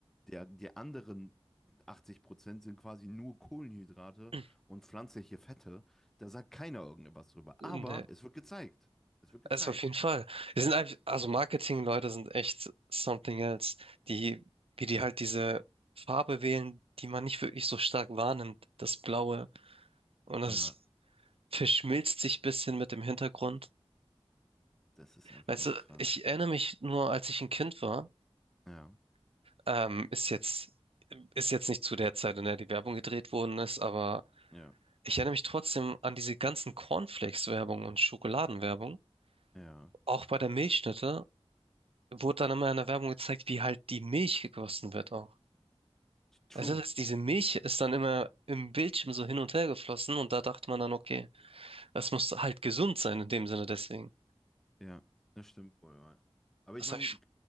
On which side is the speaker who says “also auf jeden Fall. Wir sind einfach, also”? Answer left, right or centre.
Right